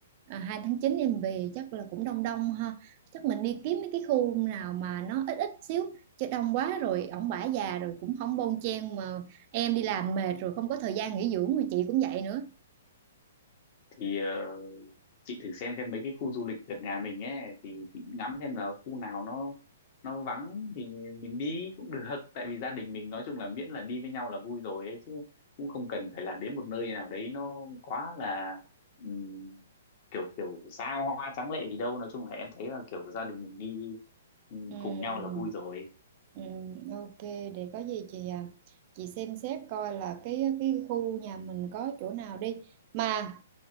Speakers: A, on the right; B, on the left.
A: à, 2 tháng 9 em về chắc là cũng đông đông ha chắc mình đi kiếm mấy cái khu nào mà nó ít ít xíu chứ đông quá rồi ổng bả già rồi cũng không bon chen mà em đi làm mệt rồi không có thời gian nghỉ dưỡng mà chị cũng vậy nữa
B: thì ờ, chị thử xem xem mấy cái khu du lịch gần nhà mình ấy thì chị ngắm xem là khu nào nó nó vắng thì mình đi cũng được <laughs> tại vì gia đình mình nói chung là miễn là đi với nhau là vui rồi ấy chứ cũng không cần phải là đến một nơi nào đấy nó quá là ừm, kiểu kiểu xa hoa tráng lệ gì đâu nói chung là em thấy là kiểu gia đình mình đi ừm,
A: Ừm.
B: cùng nhau là vui rồi
A: Ừm, ok để có gì chị à, chị xem xét coi là cái cái khu nhà mình có chỗ nào đi mà